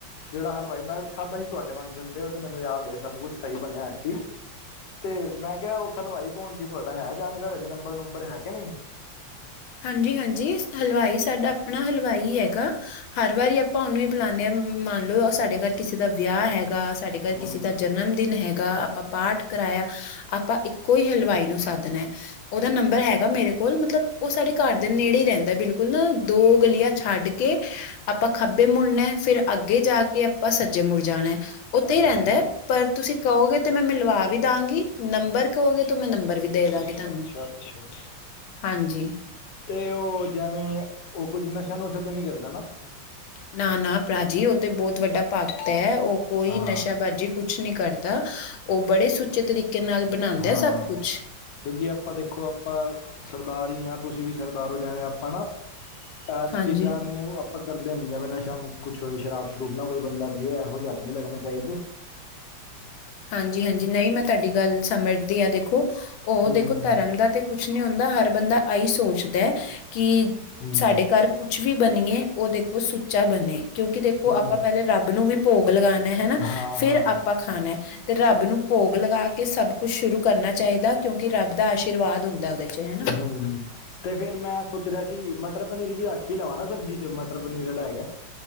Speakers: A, on the left; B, on the left.
A: ਜਿਹੜਾ ਹਲਵਾਈ ਮੈਂ ਖਾਧਾ ਸੀ ਤੁਹਾਡੇ ਫੰਕਸ਼ਨ ਤੇ ਉਹ ਤੇ ਮੈਨੂੰ ਯਾਦਏ ਸਭ ਕੁੱਛ ਸਹੀ ਬਣਿਆਇਆ ਸੀ- ਤੇ ਮੈਂ ਕਿਹਾ ਉਹ ਹਲਵਾਈ ਕੌਣ ਸੀ ਤੁਹਾਡਾ ਹੈ ਜਾਣਕਾਰ ਹਜੇ ਨੰਬਰ ਨੰਬਰ ਹੈ ਕਿ ਨਹੀਂ-
B: ਹਾਂਜੀ ਹਾਂਜੀ ਹਲਵਾਈ ਸਾਡਾ ਆਪਣਾ ਹਲਵਾਈ ਹੈਗਾ ਹਰ ਵਾਰੀ ਆਪਾਂ ਉਹਨੂੰ ਹੀ ਬੁਲਾਉਂਦੇ ਹਾਂ ਮੰਨ ਲਓ ਸਾਡੇ ਘਰ ਕਿਸੇ ਦਾ ਵਿਆਹ ਹੈਗਾ ਸਾਡੇ ਘਰ
A: ਹੂੰ
B: ਕਿਸੇ ਦਾ ਜਨਮ ਦਿਨ ਹੈਗਾ ਆਪਾਂ ਪਾਠ ਕਰਾਇਆ ਆਪਾਂ ਇੱਕੋ ਹੀ ਹਲਵਾਈ ਨੂੰ ਸੱਦਣਾ ਹੈ ਉਹਦਾ
A: ਅੱਛਾ
B: ਨੰਬਰ ਹੈਗਾ ਮੇਰੇ ਕੋਲ ਮਤਲਬ ਉਹ ਸਾਡੇ ਘਰ ਦੇ ਨੇੜੇ ਹੀ ਰਹਿੰਦਾ ਬਿਲਕੁਲ ਨਾ ਦੋ ਗਲੀਆਂ ਛੱਡ ਕੇ ਆਪਾਂ ਖੱਬੇ ਮੁੜਨਾ ਫਿਰ ਅੱਗੇ ਜਾ ਕੇ ਕਿ ਆਪਾਂ ਸੱਜੇ ਮੁੜ ਜਾਣਾ ਹੈ ਉੱਥੇ
A: ਅੱਛਾ
B: ਹੀ ਰਹਿੰਦਾ ਹੈ ਪਰ ਤੁਸੀਂ ਕਹੋਗੇ ਤੇ ਮੈਂ ਮਿਲਵਾ ਵੀ ਦਵਾਂਗੀ ਨੰਬਰ ਕਹੋਗੇ
A: ਅੱਛਾ
B: ਤਾਂ ਮੈਂ ਨੰਬਰ ਵੀ ਦੇ ਦਾਂਗੀ ਤੁਹਾਨੂੰ
A: ਅੱਛਾ ਅੱਛਾ
B: ਹਾਂਜੀ
A: ਤੇ ਉਹ ਜਿਵੇਂ ਉਹ ਕੁੱਝ ਨਸ਼ਾ ਨੁਸ਼ਾ ਤਾਂ ਨੀ ਕਰਦਾ ਨਾ
B: ਨਾ ਨਾ ਭਰਾ ਜੀ ਉਹ ਤੇ ਬਹੁਤ ਵੱਡਾ ਭਗਤ ਹੈ ਉਹ ਕੋਈ
A: ਹਾਂ
B: ਨਸ਼ ਮੇਰਾ ਬਾਜੀ ਕੁਛ ਨੀ ਕਰਦਾ ਉਹ ਬੜੇ ਸੁੱਚੇ ਤਰੀਕੇ ਨਾਲ ਬਣਾਉਂਦਾ
A: ਹਾਂ
B: ਸਭ ਕੁਛ-
A: ਕਿਉਂਕਿ ਆਪਾਂ ਦੇਖੋ ਆਪਾਂ ਸਰਦਾਰ ਹੀ ਹਾਂ ਤੁਸੀਂ ਵੀ ਸਰਦਾਰ ਹੋ ਜਾਵੇਂ ਆਪਾਂ ਨਾ- ਅਹ
B: ਹਾਂਜੀ।
A: ਚੀਜ਼ਾਂ ਨੂੰ- ਆਪਾਂ ਕਰਦੇ ਨ ਜਵੇਂ ਨਸ਼ਾ ਕੁਛ ਹੋਏ ਸ਼ਰਾਬ ਸ਼ਰੂਬ ਨਾ ਕੋਈ ਬੰਦਾ ਪੀਓ ਇਹੋ ਜਿਹਾ ਨਹੀਂ ਲੱਗਣੇ ਚਾਹੀਦੇ
B: ਹਾਂਜੀ ਹਾਂਜੀ ਨਹੀਂ ਮੈਂ ਤੁਹਾਡੀ ਗੱਲ ਸਮਝਦੀ ਆ ਦੇਖੋ ਉਹ
A: ਹੂੰ
B: ਦੇਖੋ ਧਰਮ ਦਾ ਤੇ ਕੁਛ ਨੀ ਹੁੰਦਾ ਹਰ ਬੰਦਾ ਆਹੀ ਸੋਚਦਾ ਕਿ
A: ਹੂੰ
B: ਸਾਡੇ ਘਰ ਕੁਛ ਵੀ ਬਣੀਏ ਉਹ ਦੇਖੋ ਸੁੱਚਾ ਬਣੇ ਕਿਉਂਕਿ ਦੇਖੋ। ਓ
A: ਹੂੰ
B: ਆਪਾਂ ਪਹਿਲੇ ਰੱਬ ਨੂੰ ਵੀ ਭੋਗ ਲਗਾਣਾ ਹੈਨਾ
A: ਹਾਂ
B: ਫਿਰ
A: ਹਾਂ
B: ਆਪਾਂ ਖਾਣਾ ਤੇ ਰੱਬ ਨੂੰ। ਭੋਗ ਲਗਾ ਕੇ ਸਭ ਕੁਛ ਸ਼ੁਰੂ ਕਰਨਾ ਚਾਹੀਦਾ ਕਿਉਂਕਿ ਰੱਬ ਦਾ ਆਸ਼ੀਰਵਾਦ ਹੁੰਦਾ ਉਹਦੇ ਚ। ਹਨਾ।
A: <unintelligible> ਤੇ ਫਿਰ ਮੈਂ ਸੋਚ ਰਿਹਾ ਸੀ ਮਟਰ ਪਨੀਰ ਵੀ ਰੱਖ ਹੀ ਲਵਾਂ ਨਾ ਸਬਜ਼ੀ ਚ ਮਟਰ ਪਨੀਰ ਜੇੜਾ ਹੈਗਾ।